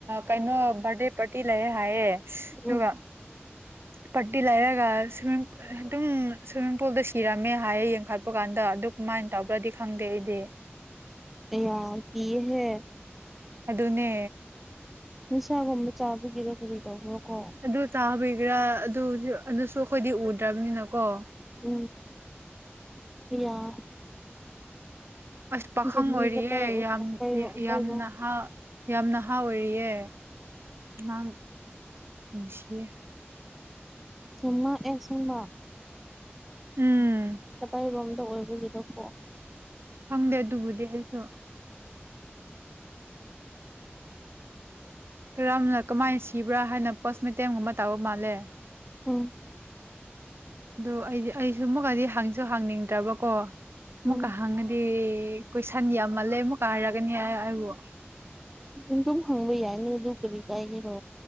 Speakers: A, on the right (about 65°); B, in the centre.
A: ꯀꯩꯅꯣ ꯕꯥꯔꯗꯦ ꯄꯥꯔꯇꯤ ꯂꯩꯌꯦ ꯍꯥꯏꯌꯦ ꯑꯗꯨꯒ
B: ꯎꯝ
A: ꯄꯥꯔꯇꯤ ꯂꯥꯏꯔꯒ ꯁꯤꯃꯨꯛ ꯑꯗꯨꯝ ꯁꯨꯏꯃꯤꯡ ꯄꯨꯜꯗ ꯁꯤꯔꯝꯃꯦ ꯍꯥꯏꯌꯦ ꯆꯞꯄ ꯀꯥꯟꯗ ꯑꯗꯨ ꯀꯃꯥꯏꯅ ꯇꯧꯕ꯭ꯔꯗꯤ ꯈꯪꯗꯦ ꯑꯩꯗꯤ
B: ꯑꯦ ꯌꯥꯝ ꯀꯤꯌꯦꯍꯦ
A: ꯑꯗꯨꯅꯦ
B: ꯅꯤꯁꯥꯒꯨꯝꯕ ꯆꯥꯕꯒꯤꯔꯣ ꯀꯔꯤ ꯇꯧꯕ꯭ꯔꯣ ꯀꯣ
A: ꯑꯗꯨ ꯆꯥꯕꯤꯒꯔꯥ ꯑꯗꯨ ꯑꯗꯨꯁꯨ ꯑꯩꯈꯣꯏꯗꯤ ꯎꯗ꯭ꯔꯕꯅꯤꯅ ꯀꯣ
B: <unintelligible>
A: ꯑꯁ ꯄꯥꯈꯪ
B: ꯗꯦꯜꯂꯤ
A: ꯑꯣꯏꯔꯤꯌꯦ
B: ꯀꯗꯥꯏ
A: ꯌꯥꯝ
B: ꯀꯩꯅꯣ
A: ꯌꯥꯝ ꯅꯍꯥ ꯌꯥꯝ ꯅꯍꯥ ꯑꯣꯏꯔꯤꯌꯦ ꯑꯉꯥꯡ ꯅꯨꯡꯁꯤ
B: ꯁꯨꯝꯃꯛꯑꯦ ꯁꯨꯝꯕ
A: ꯎꯝ
B: ꯀꯗꯥꯏꯔꯣꯝꯗ ꯑꯣꯏꯕꯒꯤꯔꯥꯀꯣ
A: ꯈꯪꯗꯦ ꯑꯗꯨꯕꯨꯗꯤ ꯑꯩꯁꯨ ꯀꯔꯝꯅ ꯀꯃꯥꯏꯅ ꯁꯤꯕ꯭ꯔꯥ ꯍꯥꯏꯅ ꯄꯣꯁꯃꯣꯇꯦꯝꯒꯨꯝꯕ ꯇꯧꯕ ꯃꯥꯜꯂꯦ
B: ꯎꯝ
A: ꯑꯗꯨ ꯑꯩꯗꯤ ꯑꯩꯁꯨ ꯑꯃꯨꯛꯀꯗꯤ ꯍꯪꯁꯨ ꯍꯪꯅꯤꯡꯗ꯭ꯔꯕꯀꯣ
B: ꯎꯝ
A: ꯑꯃꯨꯛꯀ ꯍꯪꯉꯥꯗꯤ ꯍꯥꯏꯗꯤ ꯀꯣꯏꯁꯟ ꯌꯥꯝꯃꯜꯂꯦ ꯑꯃꯨꯛ ꯀꯥꯏꯔꯛꯒꯅꯤ ꯍꯥꯏꯕꯨ
B: ꯑꯗꯨꯝ ꯍꯪꯕ ꯌꯥꯏꯅ ꯑꯗꯨ ꯀꯔꯤ ꯀꯥꯏꯒꯦꯔꯣ